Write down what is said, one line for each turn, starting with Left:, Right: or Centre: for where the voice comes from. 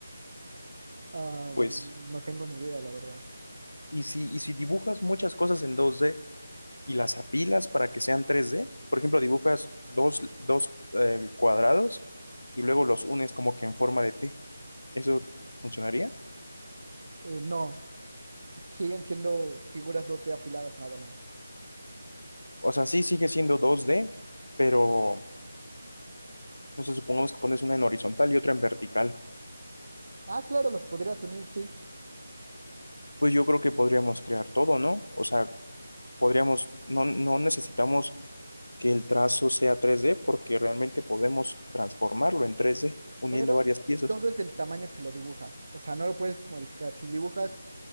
Right: Ah,
Left: Pues,
Right: mm, no tengo ni idea, la verdad.
Left: y si, y si dibujas muchas cosas en dos d y las apilas para que sean tres d por ejemplo, dibujas dos, dos eh, cuadrados y luego los unes como que en forma de T, ¿eso funcionaría?
Right: Eh, no. Siguen siendo figuras dos d apiladas nada más.
Left: O sea, sí sigue siendo dos d pero no sé, supongamos que pones una en horizontal y otra en vertical.
Right: Ah, claro, los podrías unir, sí,
Left: Pues yo creo que podríamos crear todo, ¿no? O sea, podríamos, no, no necesitamos que el trazo sea tres d porque realmente podemos transformarlo en tres d uniendo
Right: pero
Left: varias piezas.
Right: todo es del tamaño que lo dibujas. O sea, no lo puedes modificar. Si dibujas